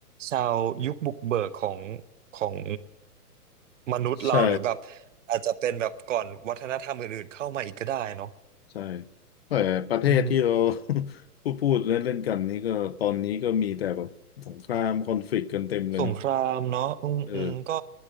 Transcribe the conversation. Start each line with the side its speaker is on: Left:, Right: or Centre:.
Right: ชาวยุคบุกเบิกของของมนุษย์เราหรือแบบ
Left: ใช่
Right: อาจจะเป็นแบบก่อนวัฒนธรรมอื่นๆเข้ามาอีกก็ได้เนาะ
Left: ใช่แต่ประเทศที่เรา
Right: อืม
Left: <laughs> พูดพูดเล่นเล่นกันนี่ก็ตอนนี้ก็มีแต่แบบสงครามคอนฟ lict กต์กันเต็มเลยเนาะ
Right: สงครามเนาะอืมอืมก็
Left: เออ